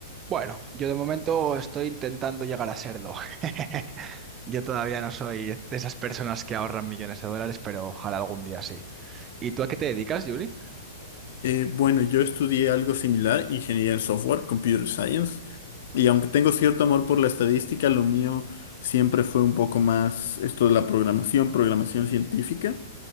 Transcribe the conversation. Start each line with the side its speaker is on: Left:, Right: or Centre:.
Right: Bueno, yo de momento estoy intentando llegar a serlo. <laughs> Yo todavía no soy de esas personas que ahorran millones de dólares, pero ojalá algún día sí. ¿Y tú a qué te dedicas, Yuri?
Left: Eh, bueno, yo estudié algo similar, ingeniería en software, computer science, y aunque tengo cierto amor por la estadística, lo mío siempre fue un poco más esto de la programación, programación científica.